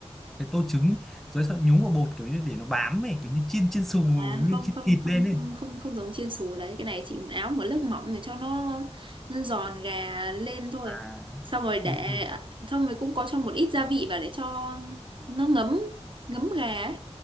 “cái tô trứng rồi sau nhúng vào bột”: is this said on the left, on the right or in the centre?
Centre